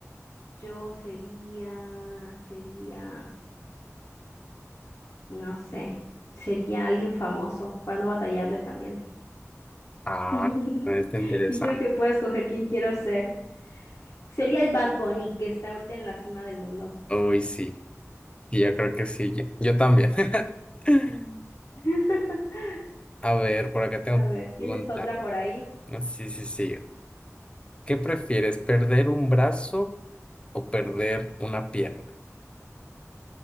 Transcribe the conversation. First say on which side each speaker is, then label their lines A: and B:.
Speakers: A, on the left; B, on the left.
A: Yo sería, sería, no sé, sería alguien famoso para no batallarle también.
B: Ah,
A: <laughs>
B: está interesante.
A: Dijeron que puedo escoger quién quiero ser. Sería el Bad Bunny, que está ahorita en la cima del mundo.
B: Uy, sí. Y yo creo que sí, yo yo también. <laughs>
A: <laughs>
B: A ver, por acá tengo
A: A ver,
B: una pregunta.
A: ¿tienes otra por ahí?
B: Ah, Sí, sí, sí. ¿Qué prefieres, perder un brazo o perder una pierna?